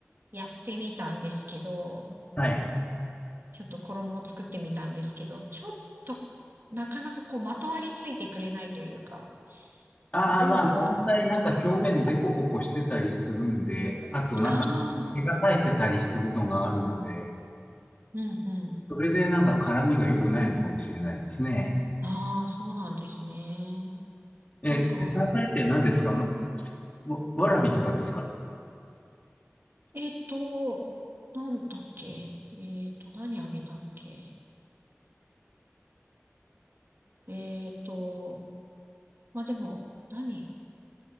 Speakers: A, on the right; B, on the left.
A: やってみたんですけど、
B: はい。
A: ちょっと衣を作ってみたんですけど、ちょっとなかなかこうまとわりついてくれないというか、
B: ああ、
A: うまく、
B: まあ、山菜なんか表面デコボコしてたりするんで、あとなんか毛が生えてたりするのがあるので、
A: ああ、うんうん。
B: それでなんか辛みが良くないのかもしれないですね。
A: ああ、そうなんですね。
B: え、
A: なんか、
B: 山菜って何ですかま、わ、わらびとかですか
A: えっと、なんだっけ。えっと、何あげたっけ。えっと、まあでも、何